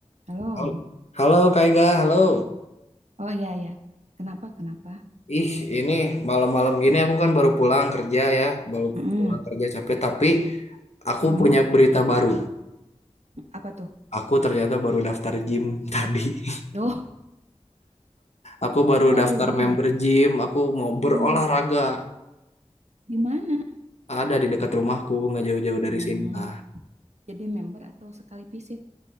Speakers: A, on the right; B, on the left.
A: Halo.
B: Hal- Halo Kak Ega, halo.
A: Oh iya ya. Kenapa? Kenapa?
B: Ih, ini malam-malam gini aku kan baru pulang kerja ya, baru
A: Mm-mm,
B: pulang kerja capek, tapi aku
A: mm-mm.
B: punya berita baru.
A: Apa tuh?
B: Aku ternyata baru daftar gym <laughs> tadi.
A: Oh,
B: Aku
A: <laughs>
B: baru
A: baru
B: daftar
A: banget.
B: member gym, aku mau berolahraga.
A: Mm, Di mana?
B: Ada di dekat rumahku, nggak jauh-jauh dari
A: Hmm,
B: sini lah.
A: jadi member atau sekali visit?